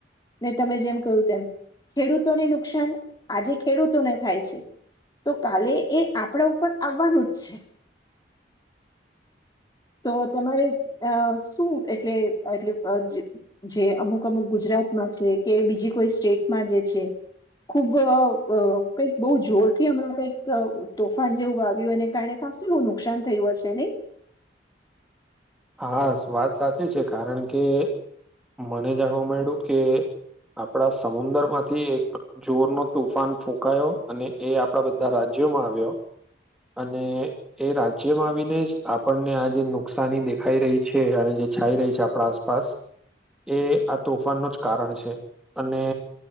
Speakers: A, on the left; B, in the centre.
A: ને તમે જેમ કહ્યું તેમ ખેડૂતોને નુકસાન આજે ખેડૂતોને થાય છે તો કાલે એ આપણા ઉપર આવવાનું જ છે તો તમારે અ શું એટલે એટલે જે અમુક અમુક ગુજરાતમાં છે કે બીજી કોઈ સ્ટેટમાં જે છે ખુબ અ કંઈક બહુ જોરથી હમણાં કંઈક તોફાન જેવું આવ્યું એને કારણે કાસું એવું નુકસાન થયું હશે નહી
B: હા વાત સાચી છે કારણ કે મને જાણવા મળ્યું કે આપણા સમુંદ્ર માંથી એક જોર નો તોુફાન ફૂંકાયો અને એ આપણા બધા રાજ્યોમાં આવ્યો અને એ રાજ્યમાં આવીને જ આપણને આ જે નુકસાની દેખાઈ રહી છે અને જે છાઈ રહી છે આપણા આસપાસ એ આ તોફાનનું જ કારણ છે અને